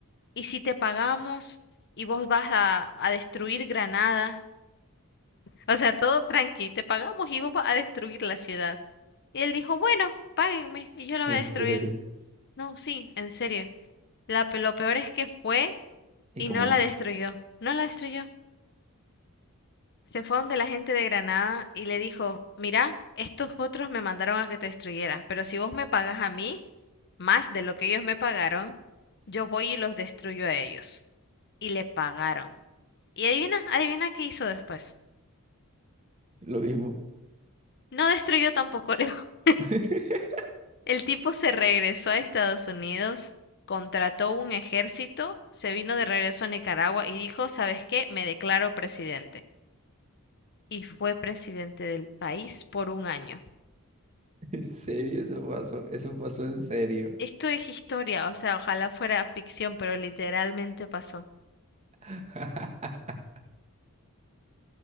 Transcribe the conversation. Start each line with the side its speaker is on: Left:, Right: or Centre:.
Left: ¿Y si te pagamos y vos vas a, a destruir Granada? <laughs> O sea, todo tranqui, te pagamos y vos vas a destruir la ciudad. Y él dijo, bueno, páguenme y yo la voy
Right: En
Left: a destruir.
Right: serio.
Left: No, sí, en serio. La, pe- lo peor es que fue
Right: ¿Y
Left: y
Right: cómo
Left: no la
Right: hizo?
Left: destruyó. No la destruyó. Se fue donde la gente de Granada y le dijo, mira, estos otros me mandaron a que te destruyera, pero si vos me pagas a mí más de lo que ellos me pagaron, yo voy y los destruyo a ellos. Y le pagaron. Y adivina, adivina qué hizo después.
Right: Lo mismo.
Left: No destruyó tampoco León. <laughs>
Right: <laughs>
Left: El tipo se regresó a Estados Unidos, contrató un ejército, se vino de regreso a Nicaragua y dijo, ¿sabes qué? Me declaro presidente. Y fue presidente del país por un año.
Right: En serio, eso pasó. Eso pasó en serio.
Left: Esto es historia, o sea, ojalá fuera ficción, pero literalmente pasó.
Right: <laughs>